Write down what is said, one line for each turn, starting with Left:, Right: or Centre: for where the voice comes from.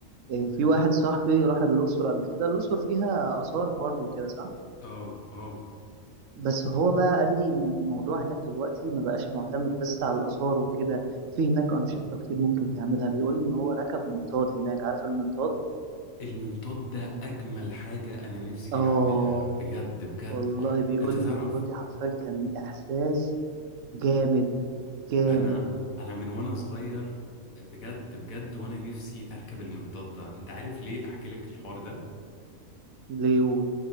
Right: آه، في واحد صاحبي راح الاقصر قبل كده الاقصر فيها اثار برضو وكده صح
Left: اه اه
Right: بس هو بقى قال لي ان الموضوع هناك دلوقتي ما بقاش معتمد بس على الاثار وكده في هناك انشطه كتير ممكن تعملها بيقول لي ان هو ركب منطاد هناك عارف المنطاد
Left: المنطاد ده اجمل حاجة انا نفسي
Right: اه
Left: اعملها بجد بجد
Right: والله بيقول
Left: انت تعرف
Right: لي بيقول لي حرفيا كان احساس جامد جامد
Left: انا انا من وانا صغير بجد بجد وانا نفسي اركب المنطاد ده انت عارف ليه احكي لك الحوار ده
Right: ليه يقول